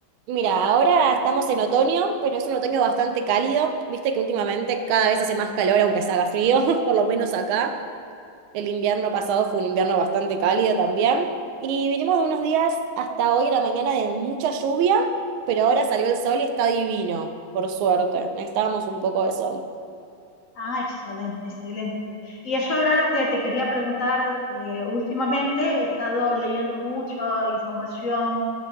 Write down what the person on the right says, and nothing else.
Mira, ahora estamos en otoño, pero es un otoño bastante cálido. Viste que últimamente cada vez hace más calor, aunque se haga frío, <laughs> por lo menos acá. El invierno pasado fue un invierno bastante cálido también. Y vinimos de unos días hasta hoy, la mañana, de mucha lluvia, pero ahora salió el sol y está divino, por suerte. Necesitábamos un poco de sol.